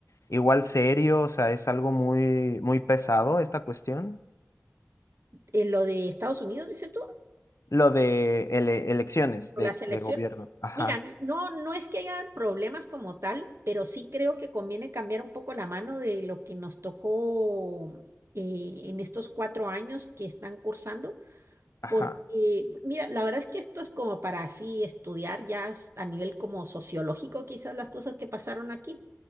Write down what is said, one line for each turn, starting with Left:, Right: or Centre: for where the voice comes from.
Left: igual serio, o sea, es algo muy, muy pesado esta cuestión.
Right: eh, lo de Estados Unidos, dices tú,
Left: Lo de ele- elecciones
Right: o
Left: de,
Right: las elecciones.
Left: de gobierno. Ajá,
Right: Mira, no, no es que haya problemas como tal, pero sí creo que conviene cambiar un poco la mano de lo que nos tocó eh, en estos cuatro años que están cursando
Left: ajá,
Right: porque, mira, la verdad es que esto es como para así estudiar ya s- a nivel como sociológico quizás las cosas que pasaron aquí,